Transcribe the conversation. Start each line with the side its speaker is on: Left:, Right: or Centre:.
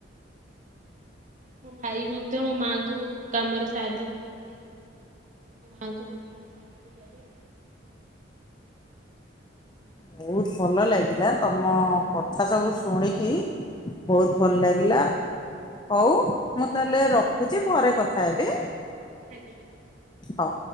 Right: ମୋ ଭାଇ ମଧ୍ୟ ମୋ ମାଙ୍କୁ କାମରେ ସାହାଯ୍ୟ କରନ୍ତି। ତାଙ୍କୁ କାମରେ ସାହାଯ୍ୟ କରେ।
Left: ବହୁତ ଭଲ ଲାଗିଲା ତମ କଥା ସବୁ ଶୁଣିକି ବହୁତ ଭଲ ଲାଗିଲା। ହଉ ମୁଁ ତାହେଲେ ରଖୁଛି ପରେ କଥା ହେବି।
Right: ଆଜ୍ଞା
Left: ହଉ।